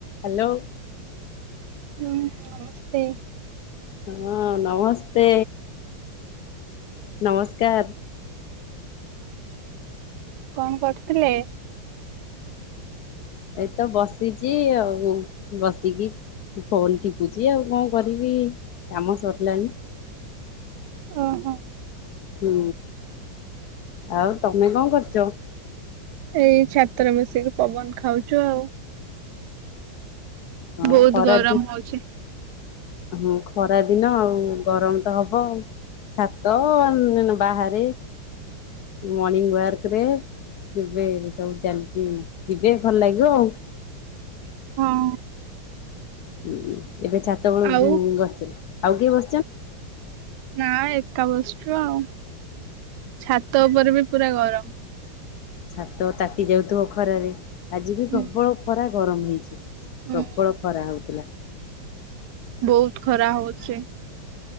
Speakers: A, on the left (about 75°); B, on the right (about 65°).
A: Hello.
B: ହଁ ସେ
A: ହଁ ନମସ୍ତେ, ନମସ୍କାର।
B: କଣ କରୁଥିଲେ?
A: ଏଇ ତ ବସିଚି। ଚି ଆଉ ବସିକି ଫୋନ୍ ଟିପୁଚି ଆଉ କଣ କରିବି କାମ ସରିଲାଣିି।
B: ଓ ହୋ।
A: ହୁଁ ଆଉ ତମେ କଣ କରୁଛ?
B: ଏଇ ଛାତରେ ମିଶିକି ପବନ ଖାଉଛୁ ଆଉ।
A: ହଁ
B: ବହୁତ
A: ଖରା
B: ଗରମ
A: ଦି
B: ହଉଛି।
A: ହଁ ଖରା ଦିନ ଆଉ ଗରମ ତ ହବ ଆଉ। ଛାତ ବାହାରେ ମର୍ଣିଙ୍ଗ ୱାକ ରେ କେବେ ସବୁ ଚାଲିଛି ଯିବେ ଭଲ ଲାଗିବ ଆଉ।
B: ହଁ।
A: ହୁଁ ହୁଁ। ଏବେ ଛାତବେଳୁ
B: ଆଉ
A: ଗଛ ଆଉ କିଏ ବ
B: ନା ଏକା ବୁ ଶଛୁଆ ଆଉ। ଛାତ ଉପରେ ବି ପୁରା ଗରମ
A: ଛାତ ତାତି ଯାଉଥିବ ଖରାରେ ଆଜି ବି
B: ହୁଁ।
A: ପ୍ରବଳ ଖରା। ଗରମ ହେଇଛି। ପ୍ରବଳ
B: ହୁଁ
A: ଖରା ହଉଥିଲା।
B: ବହୁତ ଖରା ହଉଛି।